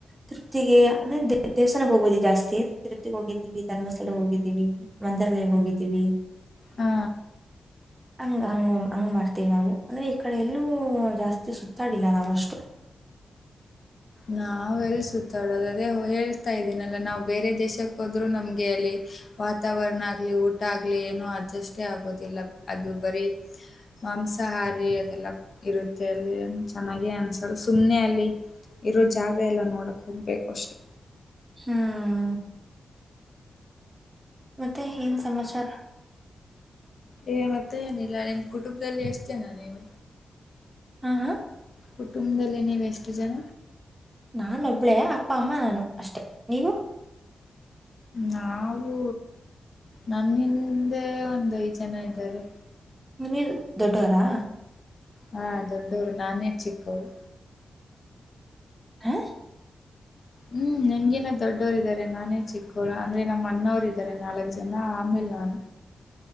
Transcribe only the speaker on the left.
ಹಾ
ನಾವೆಲ್ಲ ಸುತ್ತಾಡೋದು ಅದೇ ಹೇಳ್ತಾ ಇದ್ದೀನಲ್ಲ ನಾವ್ ಬೇರೆ ದೇಶಕ್ಕೆ ಹೋದ್ರು ನಮ್ಗೆ ಅಲ್ಲಿ ವಾತಾವರಣ ಆಗ್ಲಿ ಊಟ ಆಗ್ಲಿ ಏನೋ ಅಡ್ಜಸ್ಟೇ ಆಗೋದಿಲ್ಲ ಅದು ಬರೀ ಮಾಂಸಾಹಾರಿ ಅದೆಲ್ಲ ಇರುತ್ತೆ ಅಲ್ಲಿ ಚೆನ್ನಾಗೆ ಅನಿಸಲ್ ಸುಮ್ಮನೆ ಅಲ್ಲಿ ಇರೋ ಜಾಗ ಎಲ್ಲ ನೋಡಕ್ಕೆ ಹೋಗ್ಬೇಕು ಅಷ್ಟೇ
ಏ ಮತ್ತೆ ಏನಿಲ್ಲ ನಿಮ್ಮ ಕುಟುಂಬದಲ್ಲಿ ಎಷ್ಟ ಜನ ನೀವು
ಕುಟುಂಬದಲ್ಲಿ ನೀವ ಎಷ್ಟು ಜನ
ನಾವು ನನ್ನ ಹಿಂದೆ ಒಂದ ಐದ್ ಜನ ಇದ್ದಾರೆ
ಹಾ ದೊಡ್ಡವ್ರು ನಾನೇ ಚಿಕ್ಕವ್ರು
ಹ್ಮ್ -ಹೆಂಗೇನ ದೊಡ್ಡ ಇಟ್ಟೋರು ಇದಾರೆ ನಾನೇ ಚಿಕ್ಕೋರು ಅಂದ್ರೆ ನಮ್ಮ ಅಣ್ಣೂರು ಇದ್ದಾರೆ ನಾಲ್ಕ್ ಜನ ಆಮೇಲ್ ನಾನು